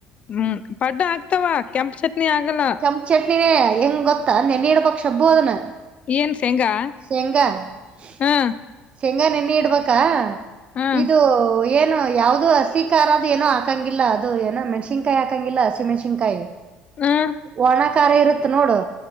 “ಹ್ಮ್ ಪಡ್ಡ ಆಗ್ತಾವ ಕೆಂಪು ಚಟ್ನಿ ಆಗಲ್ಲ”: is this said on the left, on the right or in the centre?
Left